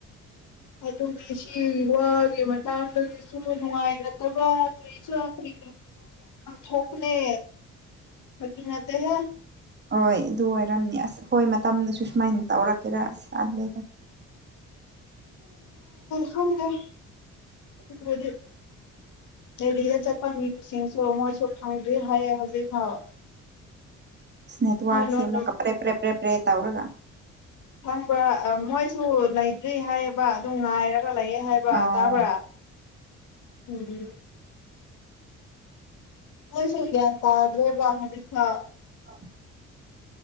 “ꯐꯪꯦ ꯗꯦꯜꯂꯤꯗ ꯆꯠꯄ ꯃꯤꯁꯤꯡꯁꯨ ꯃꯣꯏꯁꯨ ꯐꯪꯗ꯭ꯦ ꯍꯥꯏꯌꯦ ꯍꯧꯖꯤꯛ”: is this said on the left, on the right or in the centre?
Left